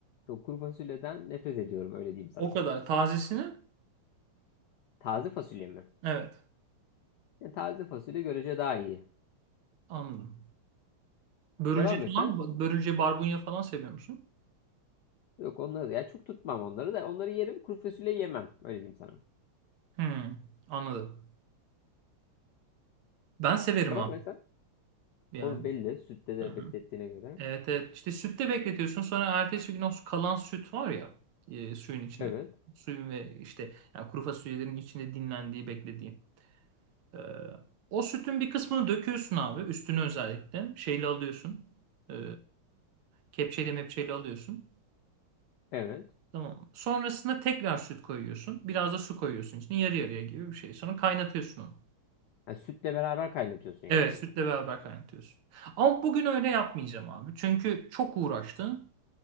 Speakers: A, on the left; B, on the right.
A: yok, kuru fasulyeden nefret ediyorum öyle diyeyim sana.
B: O kadar. Tazesini?
A: Taze fasulye mi?
B: Evet.
A: Yani taze fasulye görece daha iyi.
B: Anladım. Börülce
A: Devam et
B: falan,
A: sen.
B: börülce barbunya falan seviyor musun?
A: Yok onları da ya çok tutmam onları da onları yerim kuru fasulye yemem öyle diyeyim sana.
B: Hmm, anladım. Ben severim
A: Devam
B: abi.
A: et sen.
B: Yani.
A: O belli. Sütte de
B: Aha.
A: beklettiğine göre.
B: Evet evet. İşte sütte bekletiyorsun. Sonra ertesi gün o kalan süt var ya e, suyun içinde.
A: Evet.
B: Suyun ve işte yani kuru fasulyelerin içinde dinlendiği, beklediği. Ee, o sütün bir kısmını döküyorsun abi. Üstünü özellikle. Şeyle alıyorsun. Ee, kepçeyle mepçeyle alıyorsun.
A: Evet.
B: Tamam. Sonrasında tekrar süt koyuyorsun. Biraz da su koyuyorsun içine. Yarı yarıya gibi bir şey. Sonra kaynatıyorsun onu.
A: Yani sütle beraber kaynatıyorsun yani
B: Evet
A: fasulyeyi.
B: sütle beraber kaynatıyorsun. Ama bugün öyle yapmayacağım abi. Çünkü çok uğraştım.